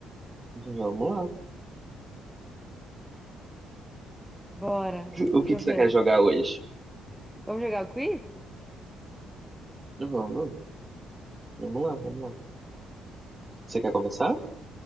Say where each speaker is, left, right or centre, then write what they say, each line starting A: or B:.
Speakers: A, on the right; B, in the centre.
A: vamos lá.
B: Bora.
A: O
B: Deixa
A: que que
B: eu
A: você
B: ver.
A: quer jogar hoje?
B: Vamos jogar o quiz?
A: Vamos, vamos lá, vamos lá. Você quer começar?